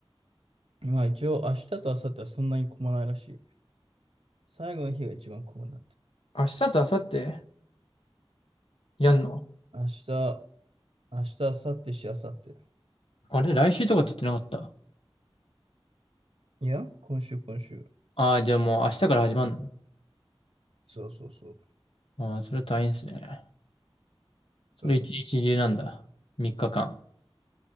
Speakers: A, on the right; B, on the left.
A: まあ一応明日と明後日はそんなに混まないらしい。最後の日が一番混むんだって。
B: 明日と明後日やんの
A: 明日、明日、明後日し、明後日。
B: あれ来週とかって言ってなかった
A: いや、今週、今週。
B: ああー、じゃあもう明日から始まるの
A: そうそうそう。
B: ああー、それ大変ですね。それ一日中なんだ。
A: そう。
B: 3日間。